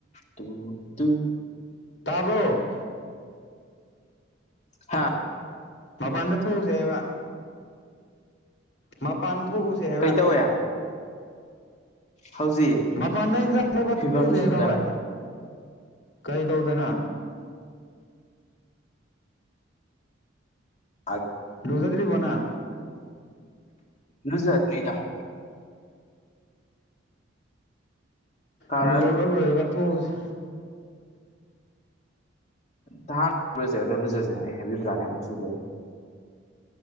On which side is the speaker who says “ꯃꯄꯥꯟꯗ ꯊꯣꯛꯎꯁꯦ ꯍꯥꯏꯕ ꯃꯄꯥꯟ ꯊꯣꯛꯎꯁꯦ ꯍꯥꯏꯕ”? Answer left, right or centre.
Left